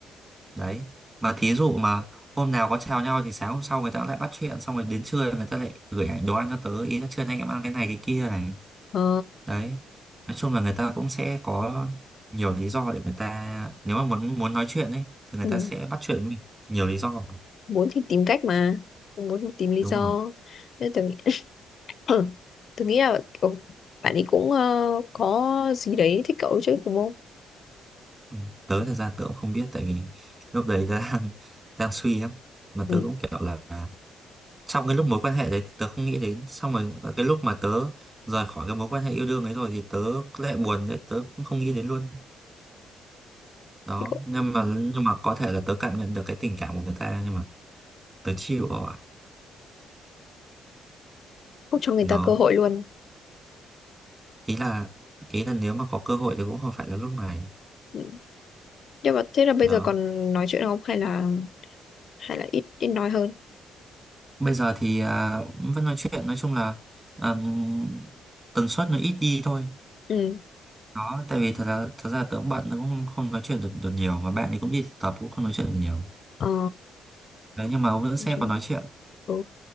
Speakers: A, on the right (about 20°); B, on the left (about 55°).
A: đấy mà thí dụ mà hôm nào có chào nhau thì sáng hôm sau người ta lại bắt chuyện xong rồi đến trưa người ta lại gửi ảnh đồ ăn cho tớ ý là trưa nay em ăn cái này cái kia này
B: ờ
A: đấy nói chung là người ta cũng sẽ có nhiều lý do để người ta nếu mà muốn muốn nói chuyện ấy thì người
B: ừ.
A: ta sẽ bắt chuyện với mình nhiều lý do
B: muốn thì tìm cách mà không muốn thì tìm lý
A: đúng
B: do
A: rồi
B: nên tôi nghĩ <clears throat> tôi nghĩ là kiểu bạn ấy cũng ờ, có gì đấy thích cậu chứ đúng không
A: Ừ, tớ thật ra tớ cũng không biết tại vì lúc đấy tớ <laughs> đang đang suy lắm mà
B: ừ.
A: tớ cũng kiểu là trong cái lúc mối quan hệ đấy thì tớ không nghĩ đến xong rồi cái lúc mà tớ rời khỏi cái mối quan hệ yêu đương ấy rồi thì tớ lại buồn đấy tớ cũng không nghĩ đến luôn đó
B: Thế cậu
A: nhưng mà nhưng mà có thể là tớ cảm nhận được cái tình cảm của người ta nhưng mà tớ chịu rồi ạ
B: không cho người
A: đó
B: ta cơ hội luôn
A: ý là ý là nếu mà có cơ hội thì cũng không phải là lúc này
B: ừ. nhưng mà thế là bây
A: đó
B: giờ còn nói chuyện không hay là hay là ít ít nói hơn
A: bây giờ thì à, vẫn nói chuyện nói chung là ừm, tần suất nó ít đi thôi
B: ừ
A: đó tại vì thật ra thật ra tớ cũng bận tớ cũng không, không nói chuyện được được nhiều mà bạn thì cũng đi thực tập cũng không nói chuyện được nhiều
B: ờ
A: đấy nhưng mà ông vẫn sẽ
B: nói chung-
A: còn nói chuyện
B: ừ.